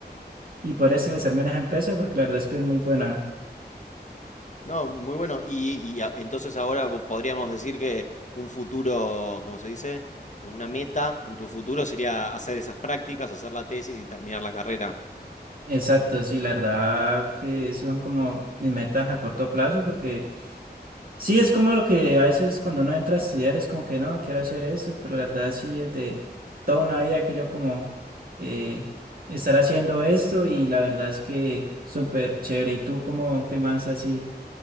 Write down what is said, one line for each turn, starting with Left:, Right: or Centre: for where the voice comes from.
Right: y poder establecerme en esa empresa, porque la verdad es que es muy buena.
Left: No, muy bueno. Y, y a- entonces ahora vo- podríamos decir que un futuro, ¿cómo se dice? Una meta en tu futuro sería hacer esas prácticas, hacer la tesis y terminar la carrera.
Right: Exacto, sí, la verdad que son como mis metas a corto plazo, porque... Sí, es como lo que a veces cuando uno entra a estudiar es como que no, quiero hacer eso, pero la verdad sí, desde toda una vida he querido como eh, estar haciendo esto y la verdad es que súper chévere. ¿Y tú cómo qué más así